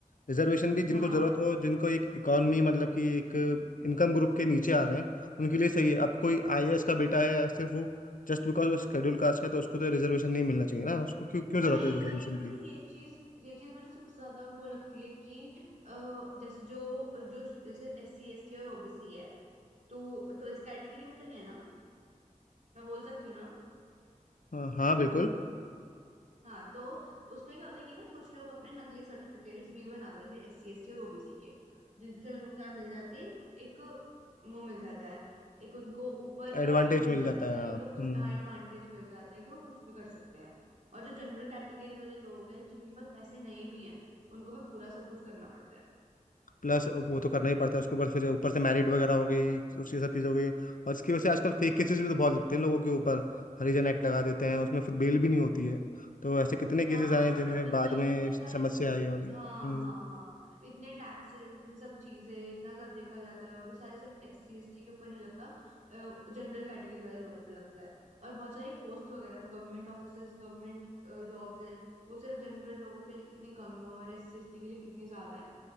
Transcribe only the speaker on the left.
रिजर्वेशन भी जिनको
जरूरत हो जिनको एक इकोनॉमी मतलब कि एक इनकम ग्रुप के नीचे आ रहे हैं उनके लिए सही है अब कोई आईएएस का बेटा है या सिर्फ वो जस्ट बिकॉज वो शेड्यूल कास्ट का है, तो उसको तो रिजर्वेशन नहीं मिलना चाहिए ना उसको क्यों क्यों
जरूरत है रिजर्वेशन
की
हाँ हाँ, बिल्कुल
एडवांटेज
मिल
जाता
है
हाँ।
हम्म हम्म।
प्लस वो तो करना ही पड़ता है उसके ऊपर फिर ऊपर से मैरिड वगैरह हो गई उसकी सब चीज़ हो गई और इसकी वजह से आजकल फेक केसेस भी तो बहुत लगते हैं लोगों के ऊपर हरिजन एक्ट लगा देते हैं उसमें फिर बेल भी नहीं होती है तो ऐसे कितने केसेस
आए हैं
जिनमें
बाद
में समस्या
आई है वाली
हम्म